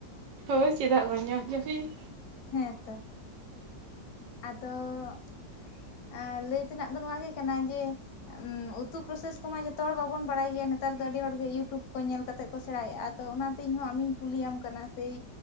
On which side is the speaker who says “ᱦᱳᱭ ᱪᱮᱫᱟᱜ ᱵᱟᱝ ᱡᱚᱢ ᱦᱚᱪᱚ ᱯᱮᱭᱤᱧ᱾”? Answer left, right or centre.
Right